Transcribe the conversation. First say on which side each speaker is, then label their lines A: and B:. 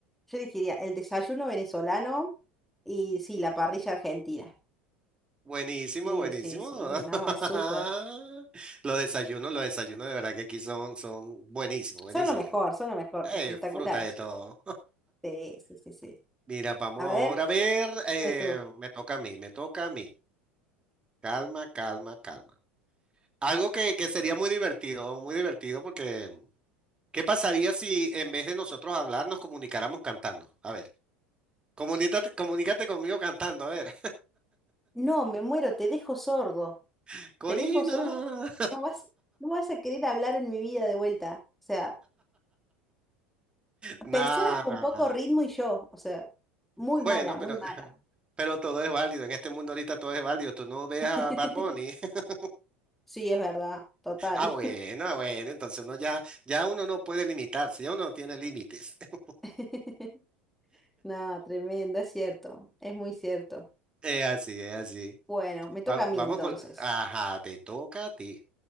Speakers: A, in the centre; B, on the right.
A: yo elegiría el desayuno venezolano y sí, la parrilla argentina.
B: Buenísimo,
A: Sí,
B: buenísimo.
A: sí, sí,
B: <laughs>
A: no, es súper.
B: Los desayunos, los desayunos de verdad que aquí son, son buenísimos, buenísimos.
A: Son lo mejor, son lo mejor,
B: Eh,
A: espectaculares.
B: fruta de todo.
A: Sí, sí, sí, sí.
B: Mira, vamos
A: A ver,
B: ahora a ver, eh,
A: dime tú.
B: me toca a mí, me toca a mí. Calma, calma, calma. Algo que, que sería muy divertido, muy divertido, porque ¿qué pasaría si en vez de nosotros hablar nos comunicáramos cantando? A ver, comunícate, comunícate conmigo cantando, a ver.
A: No, me muero, te dejo sordo.
B: <laughs> Corina.
A: Te dejo sordo. No vas, no vas a querer hablar en mi vida de vuelta. O sea,
B: Nada.
A: personas con poco ritmo y yo. O sea, muy
B: Bueno,
A: mala, muy
B: pero,
A: mala.
B: <laughs> pero todo es válido. En este mundo ahorita todo es válido. Tú no ves a
A: <laughs>
B: Bad Bunny. <laughs>
A: Sí, es verdad, total.
B: Ah, bueno, ah, bueno. Entonces uno ya, ya uno no puede limitarse, ya uno no tiene límites. <laughs>
A: <laughs> No, tremendo, es cierto, es muy cierto.
B: Es así, es así.
A: Bueno, me toca
B: Va-
A: a mí
B: vamos
A: entonces.
B: con. Ajá, te toca a ti.